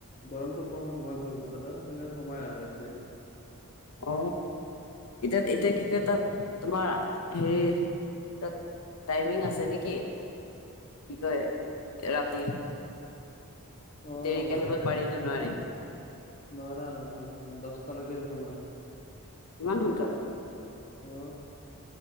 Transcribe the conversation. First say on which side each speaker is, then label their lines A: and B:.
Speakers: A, on the left; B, on the left.
A: গৰমটো কম সময় ঘৰ ভিতৰত সেইকাৰণে সোমায় আৰু এতিয়া।
B: অ, এতিয়া এতিয়া কি কয় তাত তোমাৰ হেৰি তাত টাইমিং আছে নেকি? কি কয় ৰাতি?
A: অ
B: দেৰিকে
A: মানে
B: আহিব পাৰি নে নোৱাৰি
A: নৰা নৰা দছটালৈকে বনাই।
B: ইমান শুনকালে।
A: অ